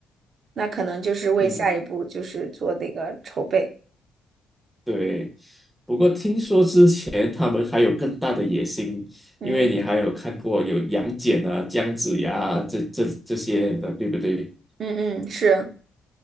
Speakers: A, on the right; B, in the centre.
A: 那可能就是为下一步就是做那个筹备。
B: 嗯，对。不过听说之前他们还有更大的野心，
A: 嗯嗯
B: 因为你还有看过有杨戬啊、姜子牙啊这这这些的，对不对？
A: 嗯嗯，是，